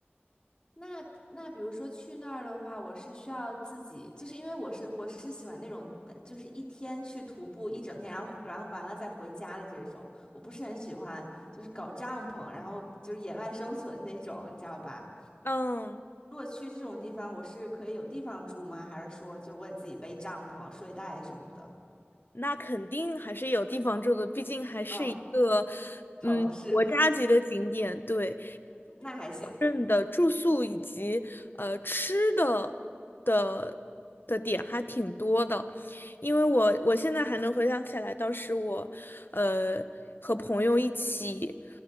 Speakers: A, on the left; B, on the left.
A: 那那比如说去那儿的话，我是需要自己，就是因为我是我是喜欢那种，呃就是一天去徒步一整天，然后然后完了再回家的这种，我不是很喜欢，就是搞帐篷，然后就是野外生存那种，你知道吧？
B: 嗯，
A: 如果去这种地方，我是可以有地方住吗？还是说就是我得自己背帐篷、睡袋什么的？
B: 那肯定还是有地方住的，毕竟还是一个
A: 哦，城市，
B: 嗯国家级的景点。对，
A: 那还行，
B: 镇的住宿以及呃吃的的的点还挺多的，因为我我现在还能回想起来，当时我呃和朋友一起